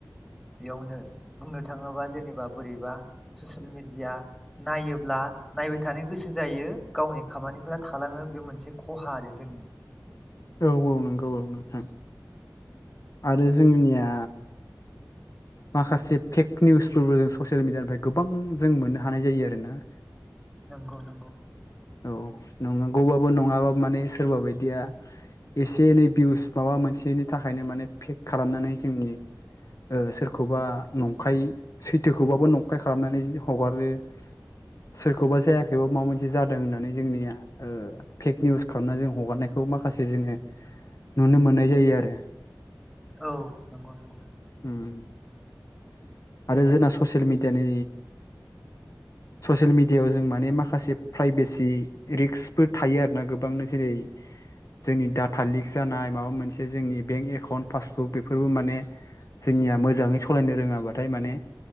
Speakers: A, in the centre; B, on the left (about 45°).
A: बेयावनो बुंनो थाङोबा जेनेबा बोरैबा ससिल मिड दिया नायोब्ला नायबाय थानो गोसो जायो गावनि खामानिफोरा थालाङो बे मोनसे खहा आरो जोंनि
B: औ औ नंगौ औ नोंथां आरो जोंनिया माखासे फेक निउसफोरबो जों ससियेल मिडियानिफ्राय गोबां जों मोननो हानाय जायो आरोना
A: नोंगौ नोंगौ
B: औ नंनांगौबाबो नङाब्लाबो माने सोरबा बायदिया एसे एनै भिउस माबा मोनसेनि थाखायनो माने पेक खालामनानै जोंनि ओ सोरखौबा नंखाय सैथोखौबाबो नंखाय खालामनानै हगारो सोरखौबा जायाखैबा माबा मोनसे जादों होननानै जोंनिया फेक निउस खालामनानै जों हगारनाय खौ माखासे जोङो नुनो मोननाय जायो आरो
A: औ नंगौ नंगौ
B: उम आरो जोंना ससियेल मिडियानि ससियेल मिडियायाव जों माने माखासे प्राइभेसि रिक्सफोर थायो आरोना गोबांनो जेरै <inaudible> जोंनि डाटा लिक जानाय माबा मोनसे जोंनि बेंक एकाउन्ट पासबुक बेफोरबो माने जोंनिया मोजाङै सालायनो रोङाब्लाथाय माने